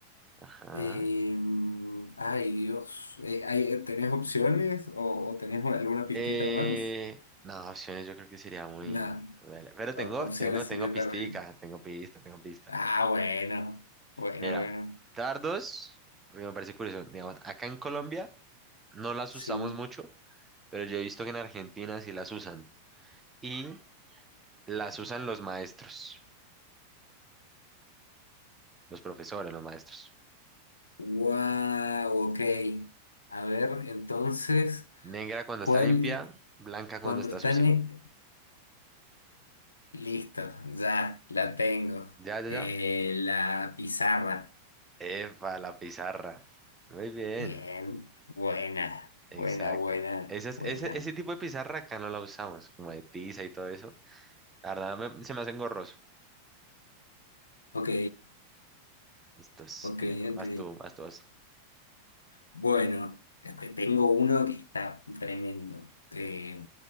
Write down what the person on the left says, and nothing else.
Em, ay, Dios. Eh, ay, eh, ¿tenés opciones o, o tenés alguna pistita
más?
Nada,
o- opciones
sería
terrible.
Ah, bueno, bueno,
bueno.
Sí.
Wow, ok. A ver, entonces,
¿cuál?
Cuando
están...
eh, Listo, ya, la tengo.
Eh,
la pizarra.
Bien, buena,
buena, buena,
buena.
Ok,
ok,
ok.
Bueno, este, tengo uno que está tremendo. Eh,